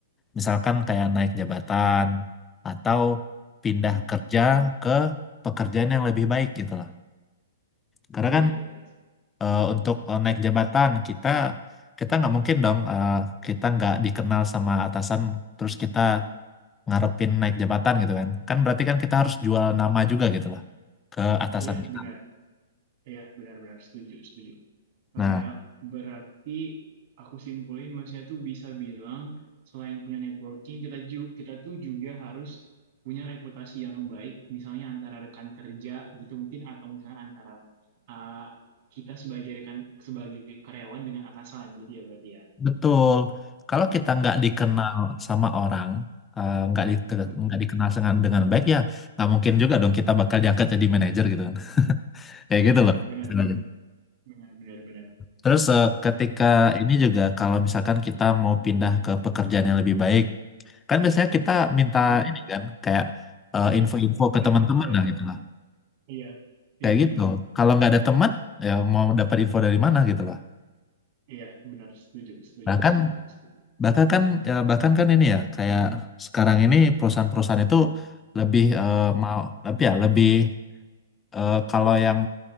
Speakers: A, on the left (about 15°); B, on the right (about 50°).
A: misalkan kayak naik jabatan atau pindah
B: Mm, mm,
A: kerja
B: mm.
A: ke pekerjaan yang lebih baik gitu loh. Karena
B: iya,
A: kan
B: iya, iya,
A: eh, untuk eh, naik jabatan kita kita nggak mungkin dong eh, kita nggak dikenal sama atasan terus kita ngarepin naik jabatan gitu kan. Kan berarti kan kita harus jual nama juga gitu loh ke atasan
B: iya,
A: kita.
B: benar, iya, benar-benar setuju, setuju. Kayak
A: Nah,
B: berarti aku simpulin maksudnya tuh bisa bilang selain punya networking kita ju- kita tuh juga harus punya reputasi yang baik misalnya antara rekan kerja gitu mungkin atau misalnya antara uh, kita sebagai rekan sebagai karyawan dengan atasan gitu ya berarti ya.
A: Betul. Kalau kita nggak Hmm. dikenal
B: Nah,
A: sama orang, eh, nggak di,
B: mm,
A: nggak dikenal dengan dengan baik ya, nggak mungkin juga dong kita bakal diangkat jadi manajer gitu kan. <laughs> Kayak gitu
B: iya
A: loh.
B: benar-benar
A: istilahnya.
B: benar-benar benar.
A: Terus eh, ketika ini juga kalau misalkan kita mau pindah ke pekerjaan yang lebih baik, kan biasanya kita minta
B: Mm,
A: ini kan kayak eh,
B: Iya,
A: info-info
B: re-
A: ke
B: referral
A: teman-teman lah
B: ya.
A: gitu lah.
B: Iya.
A: Kayak
B: Iya benar.
A: gitu. Kalau nggak ada teman, ya mau dapat info dari mana gitu lah.
B: Iya benar setuju setuju
A: Nah kan
B: setuju setuju.
A: Bahkan kan ya, bahkan kan ini ya kayak sekarang ini perusahaan-perusahaan itu lebih eh, mau tapi ya lebih eh, kalau yang